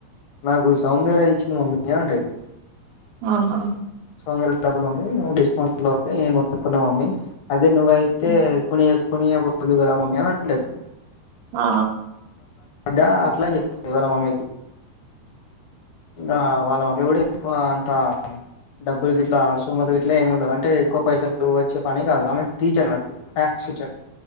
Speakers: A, on the left; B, on the right.
A: నాకు సౌందర్య ఇచ్చింది మమ్మీ అంటది
B: ఆహా
A: వందరూపాయలు డబ్బులు మమ్మి డిస్కౌంట్ లో వస్తే కొనుకున్నాం అది అది నువ్వు వైతే
B: హ్మ్.
A: కొని కొనియాకపోతివికదా మమ్మి అంటది
B: ఆ
A: అడ్డ అట్లా చెప్తుంది వాళ్ళ మామ్మికి ఆ వాళ్ళ మమ్మీ కూడా ఎక్కువ అంత డబ్బులు గిట్లా సుమత గిట్లా ఏమి ఉండదు అంటే ఎక్కువ పైసలు వచ్చే పని కాదు ఆమె టీచర్ అన్నట్టు సు చట్